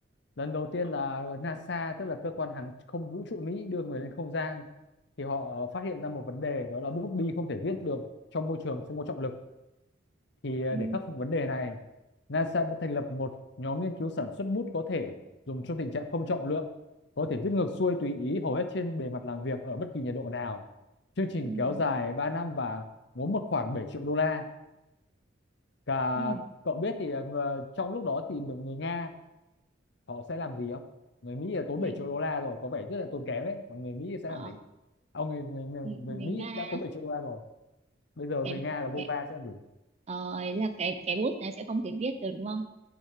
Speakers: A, on the left; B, on the right.
A: lần đầu tiên là NASA tức là cơ quan hàng không vũ trụ Mỹ đưa người lên không gian thì họ phát hiện ra một vấn đề đó là bút bi không thể viết được trong môi trường không có trọng lực thì ờ,
B: Ừ,
A: để khắc phục vấn đề này NASA đã thành lập một nhóm nghiên cứu sản xuất bút có thể dùng trong tình trạng không trọng lượng có thể viết ngược xuôi tùy ý hầu hết trên bề mặt làm việc ở bất kỳ nhiệt độ nào chương trình
B: ừ,
A: kéo dài 3 năm và muốn một khoảng 7 triệu đô la cả
B: ừ,
A: cậu biết thì ờ, ngờ- trong lúc đó thì được người Nga họ sẽ làm gì không người Mỹ là tốn
B: ừ.
A: 7 triệu đô la rồi có vẻ rất là tốn kém ấy còn người Mỹ sẽ
B: Ờ.
A: làm gì ông người, người, người,
B: người
A: người
B: người
A: Mỹ
B: Nga
A: đã tốn 7 triệu đô la rồi bây giờ
B: cái
A: người Nga là vô
B: cái
A: va sẽ làm gì
B: ờ, ý là cái cái bút này sẽ không thể viết được đúng không